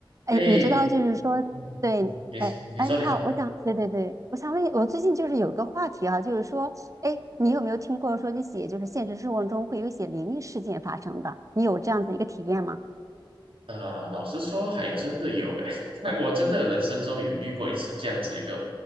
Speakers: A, on the right; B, on the right.
A: 哎，
B: 嘿，
A: 你知道，就是说，
B: 嗯嗯你你说你说，
A: 对，哎哎，你好，我想，对对对，我想问你，我最近就是有个话题啊，就是说，哎，你有没有听过说一些就是现实生活中会有一些灵异事件发生的？你有这样子一个体验吗？
B: 啊、老实说，还真的有诶，<laughs> 哎，我真的人生中有遇过一次这样子一个，